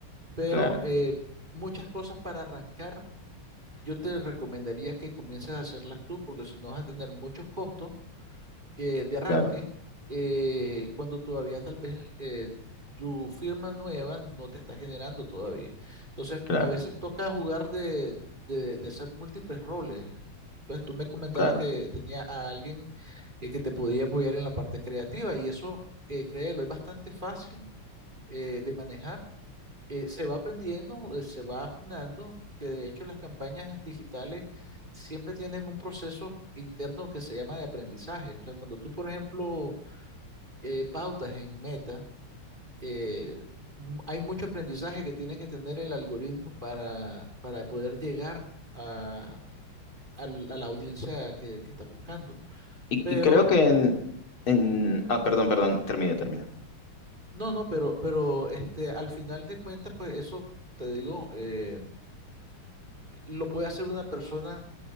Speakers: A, on the right (about 20°); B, on the left (about 70°).
A: Pero
B: claro,
A: eh, muchas cosas para arrancar, yo te recomendaría que comiences a hacerlas tú, porque si no vas a tener muchos costos eh, de arranque,
B: claro,
A: eh, cuando todavía tal vez eh, tu firma nueva no te está generando todavía. Entonces,
B: claro,
A: a veces toca jugar de, de, de ser múltiples roles. Pues tú me comentabas
B: claro.
A: que tenía a alguien eh, que te podía apoyar en la parte creativa y eso, eh, créelo, es bastante fácil eh, de manejar eh, se va aprendiendo, eh, se va afinando, que de hecho las campañas digitales siempre tienen un proceso interno que se llama de aprendizaje. Entonces, cuando tú, por ejemplo, eh, pautas en Meta, eh, m- hay mucho aprendizaje que tiene que tener el algoritmo para, para poder llegar a, al- a la audiencia que, que está buscando.
B: Y,
A: Pero,
B: y creo que en, en- Ah, perdón, perdón, termina, termina.
A: no, no, pero, pero este, al final de cuentas, pues eso, te digo, eh, lo puede hacer una persona